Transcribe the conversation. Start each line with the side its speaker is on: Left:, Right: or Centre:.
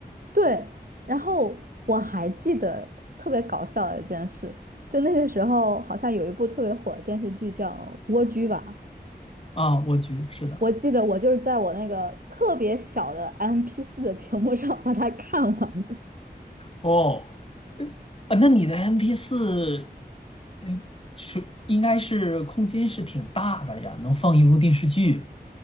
Right: 对，然后我还记得特别搞笑的一件事，就那个时候好像有一部特别火的电视剧叫《蜗居》吧，
Left: 啊，我去，是的，
Right: 我记得我就是在我那个特别小的 m p 四的屏幕上把它看完的。
Left: 哦，啊，那你的 MP4，嗯，呃是应该是空间是挺大的呀，能放一部电视剧。